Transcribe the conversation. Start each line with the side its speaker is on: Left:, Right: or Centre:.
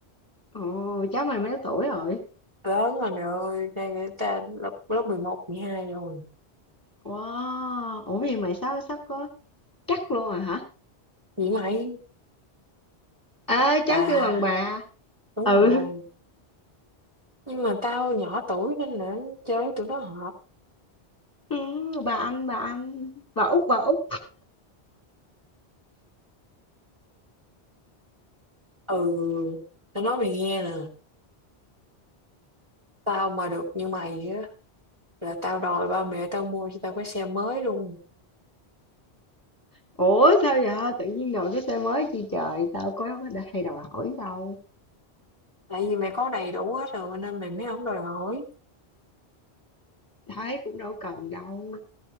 Left: Ồ, cháu mày mấy tuổi rồi?
Right: lớn rồi mày ơi đang người ta lớp lớp 11, 12 rồi
Left: Wow, ủa vậy mày sao sắp có chắc luôn à hả?
Right: vậy mày
Left: À, cháu
Right: bà
Left: kêu bằng bà.
Right: đúng
Left: Ừ,
Right: rồi nhưng mà tao nhỏ tuổi nên là chơi với tụi nó hợp
Left: ừ, bà anh, bà anh, bà út, bà út.
Right: ừ tao nói mày nghe nè tao mà được như mày á là tao đòi ba mẹ tao mua cho tao cái xe mới luôn
Left: Ủa sao vậy? Tự nhiên đổi cái tên mới chi trời, tao có đã hay đòi hỏi đâu.
Right: tại vì mày có đầy đủ hết rồi nên mày mới không đòi hỏi
Left: Thấy cũng đâu cần đâu.